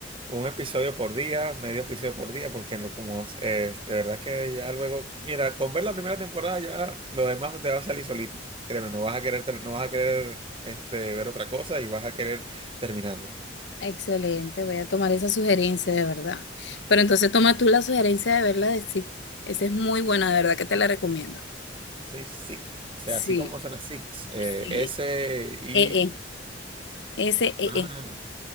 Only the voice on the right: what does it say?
un episodio por día, medio episodio por día, porque lo- como es, es- de verdad que ya luego, mira, con ver la primera temporada ya lo demás te va a salir solito. Créeme, no vas a querer, ter- no vas a querer este, ver otra cosa y vas a querer terminarla.
Sí, SICK. O sea,
así como suena SICK.
eh, S, I,
A,